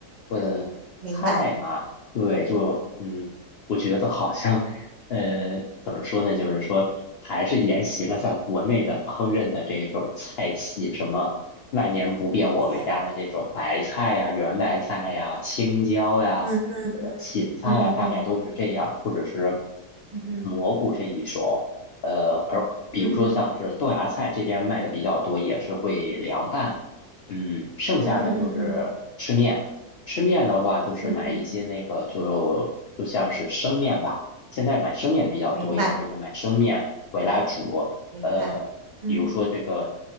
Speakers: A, on the left; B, on the right.
A: 嗯，
B: 明白，
A: 菜嘛，对，就嗯，我觉得好像。呃，怎么说呢？就是说，还是沿袭了在国内的烹饪的这种菜系，什么万年不变我们家的这种白菜呀、
B: 姐，
A: 圆白菜呀、青椒呀、
B: 嗯
A: 呃芹菜呀，
B: 嗯嗯
A: 大概都是这样，或者是
B: 嗯嗯
A: 蘑菇这一种。呃，而比如说像是豆芽菜这边卖的比较多，
B: 嗯
A: 也是会凉拌。嗯，
B: 嗯嗯嗯嗯嗯嗯。嗯嗯嗯
A: 剩下呢就是吃面。吃面的话，就是买一些那个就就像是生面吧。
B: 嗯嗯，
A: 现在买生面比较多一点，
B: 明白
A: 就是买生面回来煮，
B: 明白，
A: 呃，
B: 嗯
A: 比如说这个